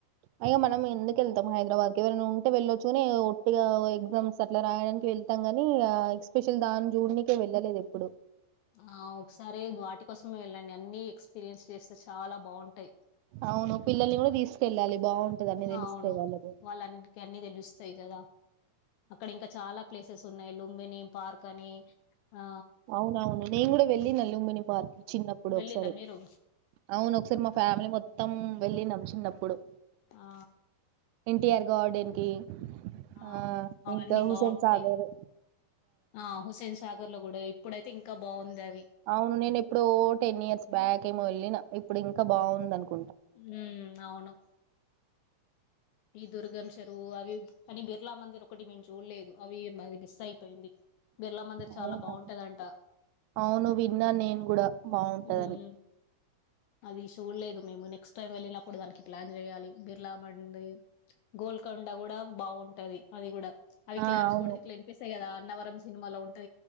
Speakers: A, on the right (about 85°); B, on the left (about 80°).
A: అగా మనం ఎందుకు వెళ్తాం హైదరాబాద్ కి ఎవరైనా ఉంటే వెళ్ళొచ్చు కాని ఒట్టిగా ఎగ్జామ్స్ అట్లా రాయడానికి వెళ్తాం కాని ఆ ఎక్స్పెషల్ దాన్ని జూన్నీకే వెళ్ళలేదు ఎప్పుడు
B: ఆ ఒకసారే వాటి కోసమే వెళ్ళండి అన్ని ఎక్స్పీరియన్స్ చేస్తే చాలా బాగుంటాయి
A: అవును పిల్లల్ని కూడా తీసుకెళ్ళాలి బాగుంటది అన్ని తెలుస్తాయి
B: అవును
A: వాళ్ళకు
B: వాళ్ళ అందుకే అన్ని తెలుస్తు సయి కదా అక్కడ ఇంకా చాలా ప్లేసెస్ ఉన్నాయి లుంబిని పార్క్ అని ఆ
A: అవునవును నేను కూడా వెళ్ళి లుంబిని పార్క్ చిన్నప్పుడు
B: వెళ్ళిండ్రా
A: ఒకసారి
B: మీరు
A: అవును ఒకసారి మా ఫ్యామిలీ మొత్తం వెళ్ళినం చినప్పుడు
B: ఆ
A: ఎన్టీఆర్ గార్డెన్ కి ఆ
B: అవును అవన్నీ
A: ఇంకా హుసేన్
B: బాగుంటాయి
A: సాగర్
B: ఆ హుస్సేన్ సాగర్ లో కూడా ఇప్పుడైతే ఇంకా బాగుంది అవి
A: అవును నేను ఎప్పుడో టెన్ ఇయర్స్ బ్యాక్ ఏమో వెళ్ళిన ఇప్పుడు ఇంకా బాగుందా అనుకు
B: ఉ అవును ఈ దుర్గం చెరువు అవి కానీ బిర్లా మందిర్ ఒకటి మేము చూడలేదు అవి ఎ మిస్ అయిపోయింది బిర్లా మందిర్ చాలా
A: అవునా
B: బాగుంటాదింట
A: అవును విన్నా నేను కూడా బావుంటందని
B: మ్మ్ అది చూడలేదు మేము నెక్స్ట్ టైమ్ వెళ్ళినప్పుడు దానికి ప్లాన్ చెయాలి బిర్లా మందిర్ గోల్క కొండ కూడా బాగుంటది అది కూడా అవి
A: ఆ
B: క్లాప్స్
A: అవును
B: కొడితే ఇట్లా వినిపిస్తది కదా అన్నవరం సినిమాలో ఉ